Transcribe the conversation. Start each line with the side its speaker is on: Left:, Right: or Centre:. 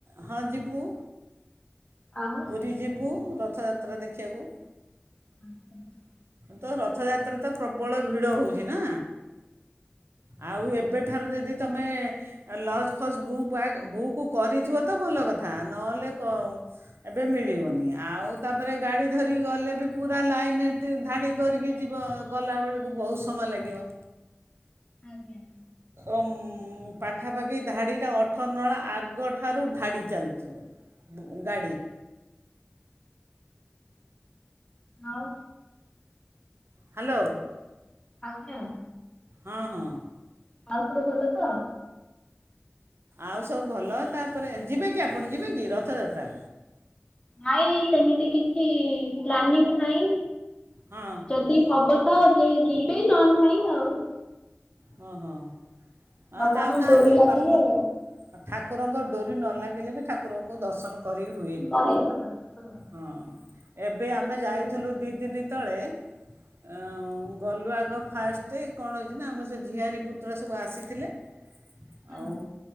Right: ହଁ ଯିବୁ।
Left: ଆଉ
Right: ପୁରୀ ଯିବୁ ର ରଥଯାତ୍ରା ଦେଖିବାକୁ।
Left: ଆଜ୍ଞା
Right: ତ ରଥଯାତ୍ରା ତ ପ୍ରବଳ ଭିଡ଼ ହଉଛି ନା। ଆଉ ଏବେଠାରୁ ଯଦି ତୁମେ ଲଜ ଫଜ୍ ବୁକ୍ ବୁକ୍ କରିଥିବ ତ ଭଲ କଥା ନହେଲେ ଏବେ ମିଳିବନି ଆଉ ତାପରେ ଗାଡ଼ି ଧରିକି ଗଲେ ବି ପୁରା ଲାଇନରେ ଧାଡ଼ି କରିକି ଯିବ ଗଲାବେଳକୁ ବହୁତ ସମୟ ଲାଗିବ।
Left: ଆଜ୍ଞା।
Right: ଉଁ ପାଖାପାଖି ଧାଡ଼ିଟା ଅଠର ନଳା ଆଗଠାରୁ ଧାଡ଼ି ଚାଲିଥିବ। ଗାଡ଼ି।
Left: ଆଉ।
Right: ହ୍ୟାଲୋ।
Left: ଆଜ୍ଞା।
Right: ହଁ ହଁ।
Left: ଆଉ ସବୁ ଭଲ ତ?
Right: ଆଉ ସବୁ ଭଲ ତାପରେ ଯିବେ କି ଆପଣ ଯିବେ କି ରଥଯାତ୍ରା?
Left: ନାଇଁ ସେମିତି କିଛି ପ୍ଲାନିଂ ନାହିଁ।
Right: ହଁ
Left: ଯଦି ହବ ତ ଯ ଯିବେ ନ ନାହିଁ ଆଉ
Right: ହଁ ହଁ। ଆଉ
Left: ଭଗବାନ
Right: ଯାଉନାହାନ୍ତି
Left: ଡୋରି ଲାଗିଲେ
Right: ବାପା ମା ଠାକୁରଙ୍କ ଡୋରି ନ ଲାଗିଲେ ବି ଠାକୁରଙ୍କୁ ଦର୍ଶନ କରି ହୁଏନି
Left: କରେଇ ଦବନି ତ
Right: ହଁ ଏବେ
Left: ସେଇଟା
Right: ଆମେ ଯାଇଥିଲୁ
Left: ବି ଗୋଟେ
Right: ଦିଦିନି <unintelligible> ଗଲୁ ଆଗ ଫାଷ୍ଟ କଣ ହେଇଚିନା ଆମ ସେ ଝିଆରି ପୁତୁରା ସବୁ ଆସିଥିଲେ
Left: କଥା
Right: ଆଉ